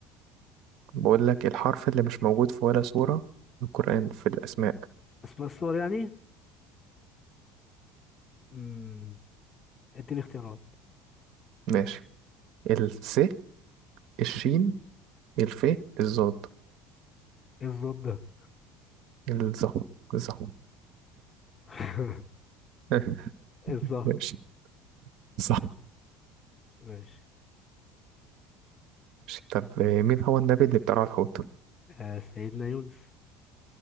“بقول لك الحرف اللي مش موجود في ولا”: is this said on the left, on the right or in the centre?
Right